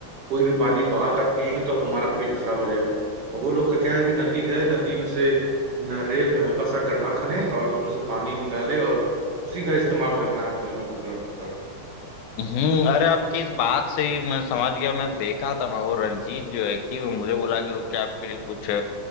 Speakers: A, on the right; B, on the left.
A: कोई भी पानी बाहर का पिएंगे तो हमारा पेट खराब हो जाएगा और वो लोग का क्या है कि नदी गए नदी में से न रेत में हल्का सा गड्ढा खने और उसमें से पानी निकाले और उसी का इस्तेमाल करना है घर में पूरा का पूरा
B: हम्म अरे आपकी इस बात से ही मैं समझ गया मैं देखा था मैं वो रंजीत जो है कि वो मुझे बोला कि रुक के आपके लिए कुछ अ,